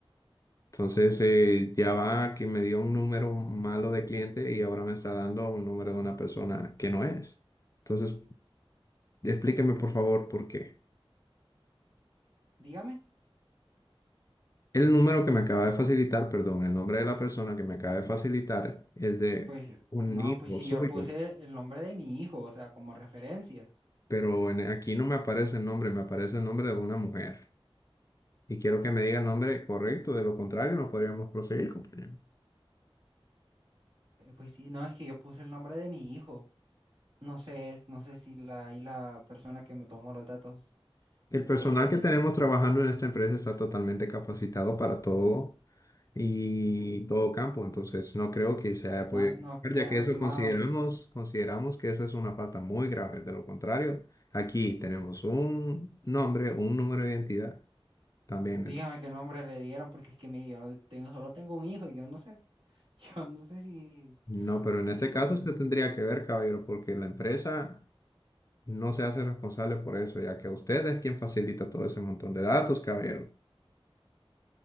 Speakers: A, on the left; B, on the right.
A: Entonces, eh, ya va que me dio un número malo de cliente y ahora me está dando un número de una persona que no es. Entonces, explíqueme por favor por qué.
B: dígame.
A: El número que me acaba de facilitar, perdón, el nombre de la persona que me acaba de facilitar es de
B: Pues
A: un
B: no,
A: hijo
B: pues si
A: suyo,
B: yo puse el nombre de mi hijo, o sea, como referencia.
A: pero en- aquí no me aparece el nombre, me aparece el nombre de una mujer. Y quiero que me diga el nombre correcto, de lo contrario no podríamos proseguir, compañero.
B: Eh, Pues sí, no, es que yo puse el nombre de mi hijo. No sé, es- no sé si la, y la persona que me tomó los datos,
A: El personal
B: eh,
A: que tenemos trabajando en esta empresa está totalmente capacitado para todo y todo campo, entonces no creo que se haya
B: no,
A: podido equivocar,
B: no creo,
A: ya que eso
B: estimado,
A: consideramos, consideramos que esa es una falta muy grave. De lo contrario, aquí tenemos un nombre, un número de identidad también.
B: dígame
A: ent-
B: qué nombre le dieron, porque es que mire, yo tengo, solo tengo un hijo y yo no sé, <laughs> yo no sé si,
A: No, pero en
B: si
A: este
B: fuera.
A: caso usted tendría que ver, caballero, porque la empresa no se hace responsable por eso, ya que usted es quien facilita todo ese montón de datos, caballero.